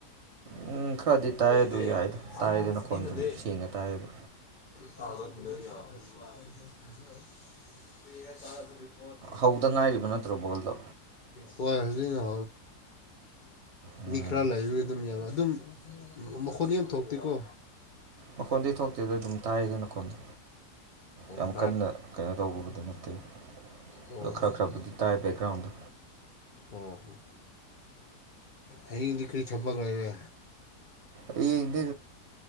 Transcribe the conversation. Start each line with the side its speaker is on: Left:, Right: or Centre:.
Right: ꯎꯝ ꯈꯔꯗꯤ ꯇꯥꯏ
Left: ꯦ
Right: ꯑꯗꯨ ꯌꯥꯏꯗ
Left: ꯁꯅꯦ
Right: ꯇꯥꯏꯗꯅ ꯈꯣꯟ ꯁꯨꯝ ꯁꯦꯡꯅ ꯇꯥꯏꯌꯦꯕ
Left: <unintelligible>
Right: ꯍꯧꯗ ꯉꯥꯏꯔꯤꯕ ꯅꯠꯇ꯭ꯔꯣ ꯕꯣꯜꯗꯣ
Left: ꯑꯣꯏꯁꯅꯤ ꯂꯥ
Right: ꯎꯝ
Left: ꯃꯤ ꯈꯔ ꯂꯩꯕꯒ ꯑꯗꯨꯝ ꯌꯥꯕ ꯑꯗꯨꯝ ꯃꯈꯣꯠ ꯌꯥꯝ ꯊꯣꯛꯇꯦꯀꯣ
Right: ꯃꯈꯣꯟꯗꯤ ꯊꯣꯛꯇꯦꯗ ꯑꯗꯨꯝ ꯇꯥꯏꯗꯅ ꯈꯣꯟꯗꯣ ꯌꯥꯝ
Left: ꯄ
Right: ꯀꯟꯅ ꯀꯩꯅꯣ ꯇꯧꯕꯕꯨꯗꯤ ꯅꯠꯇꯦ
Left: ꯑꯣ
Right: ꯑꯗꯣ
Left: ꯍ
Right: ꯈꯔ ꯈꯔꯕꯨꯗꯤ ꯇꯥꯏ ꯕꯦꯛꯒ꯭ꯔꯥꯎꯟꯗ
Left: ꯑ ꯍ ꯑꯩ ꯂꯤꯅꯤ ꯀꯔꯤ ꯊꯄꯒꯦꯦ
Right: ꯑꯩꯗꯤ